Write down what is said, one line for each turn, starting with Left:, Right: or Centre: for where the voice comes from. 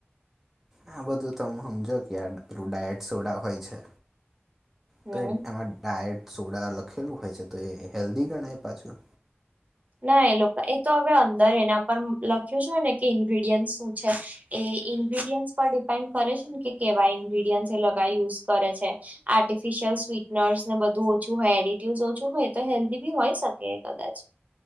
Centre: આ બધું તમે હમજો કે આ પૃ ડાયટ સોડા હોય છે. તો
Right: હમ
Centre: એ એમાં ડાયટ સોડા લખેલું હોય છે તો એ હેલ્ધી ગણાય પાછું
Right: ના એ લોકો એ તો હવે અંદર એના પર લખ્યો છે ને કે ઇન્ગ્રીડિયન્ટ શું છે. એ ઇન્ગ્રીડિયન્ટસ પર ડિપેન્ડ કરે છે ને કે કેવા ઇન્ગ્રીડિયન્ટસ એ લગા યુઝ કરે છે. આર્ટિફિશિયલ સ્વીટનર્સ ને બધું ઓછું હોય એડિટિવ ઓછું હોય તો હેલ્ધી બી હોય શકે કદાચ